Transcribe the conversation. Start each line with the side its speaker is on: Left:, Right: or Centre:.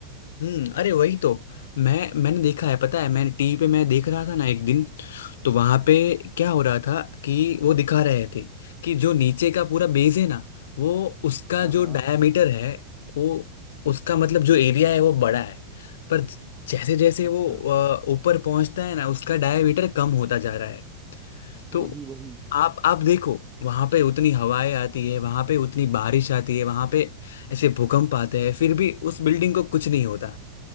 Left: हम्म अरे वही तो मैं मैंने देखा है पता है मैंने टीवी पे मैं देख रहा था ना एक दिन तो वहां पे क्या हो रहा था कि वो दिखा रहे थे कि जो नीचे का पूरा बेस है ना वो उसका
Right: हाँ
Left: जो
Right: हाँ
Left: डायमीटर है वो उसका मतलब जो एरिया है वो बड़ा है पर जैसे जैसे
Right: अच्छा
Left: वो अ, ऊपर पहुंचता है ना उसका डायमीटर कम होता जा रहा है तो
Right: वही वही
Left: आप आप देखो वहां पे उतनी हवाएं आती है वहां पे उतनी बारिश आती है वहां पे ऐसे भूकंप आते हैं फिर भी उस बिल्डिंग को कुछ नहीं होता